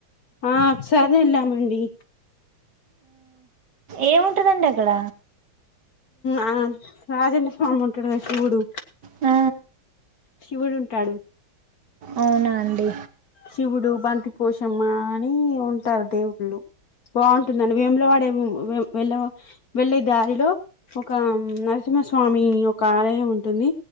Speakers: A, on the left (about 55°); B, on the right (about 60°).
A: ఆ ఒకసారి వెళ్ళామండి
B: ఏముంటదండి అక్కడ
A: ఆ రాజన్న స్వామి ఉంటాడు కదా శివుడు
B: ఆ
A: శివుడు ఉంటాడు
B: అవునా అండి
A: శివుడు బంతి పోషమ్మ అని ఉంటారు దేవుళ్ళు బావుంటుందండి వేములవాడ హ్మ్ వెళ్ళ వెళ్ళే దారిలో ఒక నరసింహస్వామి ఒక ఆలయం ఉంటుంది